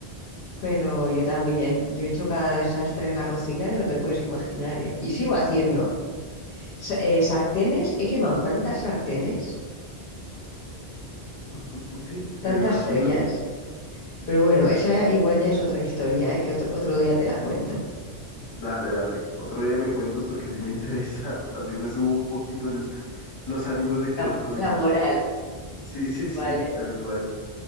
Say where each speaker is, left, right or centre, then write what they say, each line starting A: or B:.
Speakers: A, on the left; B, on the left.
A: pero yo también. Yo he hecho cada desastre en la cocina que no te puedes imaginar, ¿eh? Y sigo haciendo. Sa- eh, sartenes, he quemado tantas sartenes,
B: <laughs>
A: tantas
B: me imagino.
A: ollas. Pero bueno, esa igual ya es otra historia, ¿eh? Que otro, otro día te la cuento.
B: Dale, dale. Otro día me cuentas porque sí me interesa. <laughs> Así me subo un poquito el- los ánimos de querer
A: La,
B: cocinar.
A: la moral,
B: Sí, sí, sí,
A: vale.
B: tal cual.